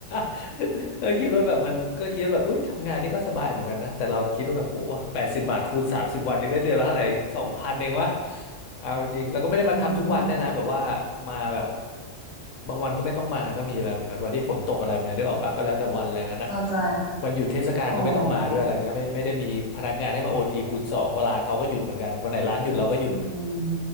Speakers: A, on the left; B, in the centre.
A: <laughs> ก็คิดว่าแบบมันก็คิดว่าแบบอุ้ยทำงานนี่ก็สบายเหมือนกันนะแต่เราคิดว่าแบบโหแปดสิบบาทคูณสามสิบวันยังได้เดือนละเท่าไหร่สองพันเองวะเอาจริงๆแล้วก็ไม่ได้มาทำทุกวันด้วยนะแบบว่ามาแบบ
B: จริง
A: บางวันก็ไม่ต้องมาก็มีอะไรแบบนั้นวันที่ฝนตกอะไรแบบนั้นนึกออกปะก็แล้วแต่วันอะไรงั้นอะ
B: เข้าใจ
A: วันหยุดเทศกาลก็ไม่ต้องมาด้วยอะไรเงี้ยไม่ไม่ได้มีพนักงานให้มาโอทีคูณสองเพราะร้านเขาก็หยุดเหมือนกันวันไหนร้านหยุดเราก็หยุด
B: อ๋อ อืม